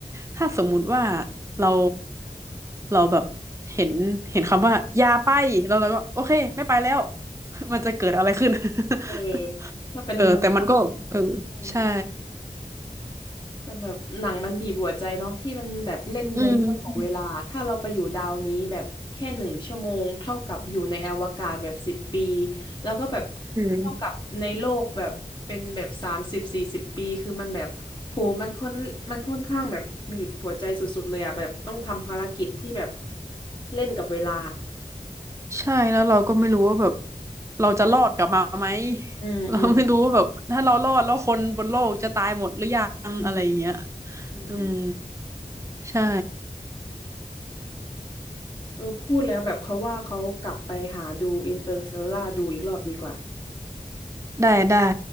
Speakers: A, on the right; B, on the left.
A: ถ้าสมมุติว่าเราเราแบบเห็นเห็นคำว่ายาไปแล้วเราก็โอเคไม่ไปแล้ว <laughs> มันจะเกิดอะไรขึ้น
B: เออ
A: <laughs>
B: ถ้าเป็นมุมมอง
A: เออแต่มันก็เออ
B: อืม
A: ใช่
B: แต่แบบหนังมันบีบหัวใจเนาะที่มันแบบเล่นในเรื่องของเวลาถ้าเราไปอยู่ดาวนี้แบบแค่หนึ่งชั่วโมงเท่ากับอยู่ในอวกาศแบบสิบปี
A: อืม
B: แล้วก็แบบ
A: อืม
B: เท่ากับในโลกแบบเป็นแบบสามสิบสี่สิบปีคือมันแบบโหมันค่อนมันค่อนข้างแบบบีบหัวใจสุดๆเลยอะแบบต้องทำภารกิจที่แบบเล่นกับเวลา
A: ใช่แล้วเราก็ไม่รู้ว่าแบบเราจะรอดกลับมาไหม <laughs>
B: อืมอืม
A: เราไม่รู้ว่าแบบถ้าเรารอดแล้วคนบนโลกจะตายหมดหรือยังอะไรอย่างเงี้ย
B: อืมอืม
A: อืมใช่
B: เออพูดแล้วแบบเขาว่าเขากลับไปหาดูอินเตอร์ l เ a ลาดูอีกรอบดีกว่า
A: ได้ได้